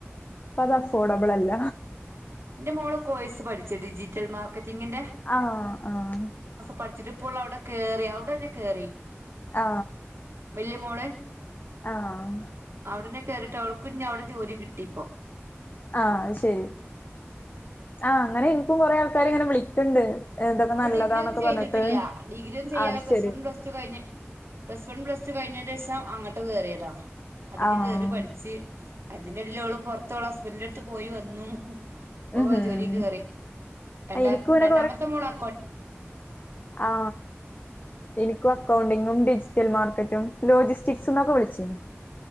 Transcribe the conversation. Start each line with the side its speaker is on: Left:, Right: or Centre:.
Left: അപ്പൊ അത് അഫോർഡബിൾ അല്ല
Right: ഇൻ്റെ മോള് കോയ്സ് പഠിച്ചു ഡിജിറ്റൽ മാർക്കറ്റിങ്ങിൻ്റെ.
Left: ആ ആ
Right: പഠിച്ചിട്ടിപ്പോൾ അവിടെ കേറി അവിടെന്നെ കേറി.
Left: ആ
Right: വെല്യ മോള്
Left: ആഹ്
Right: അവിടനെ കയറിട്ട് അവൾക്ക് ഇനി അവിടെ ജോലി കിട്ടിയിപ്പോ.
Left: ആഹ് അത് ശെരി ആ അങ്ങനെ ഇനിക്കും കൊറെ ആൾക്കാര് ഇങ്ങനെ വിളിക്കണ്ട്. ഇതൊക്കെ
Right: അവള്
Left: നല്ലതാന്നൊക്കെ
Right: ഡിഗ്രിയ ഒന്നും ചെയ്തിട്ടില്ല
Left: പറഞ്ഞിട്ട്.
Right: ഡിഗ്രിയൊന്നും ചെയ്യാതെ
Left: അത്
Right: പ്ലസ്
Left: ശരി
Right: വൺ പ്ലസ് ടു കഴിഞ്ഞ് പ്ലസ് വൺ പ്ലസ് ടു കഴിഞ്ഞേൻ്റെ ശേഷം അങ്ങോട്ട് കേറിയതാ. അതിക്ക്
Left: ആഹ്
Right: കേറി പഠിച്ച് അതിന്റെ എടേൽ ഓള് പൊറത്ത് ഓളെ ഹസ്ബൻഡിന്റെ അടുത്ത് പോയി വന്നു. ഓ
Left: ഉം ഹും
Right: ജോലി കേറി രണ്ടാ
Left: ആ, എനിക്കും ഇങ്ങനെ
Right: രണ്ടാമത്തെ മോളാ
Left: ആ ഇനിക്കു അക്കൗണ്ടിങ്ങും ഡിജിറ്റൽ മാർക്കറ്റും ലോജിസ്റ്റിക്സിന്ന് ഒക്കെ വിളിച്ചിന്നു.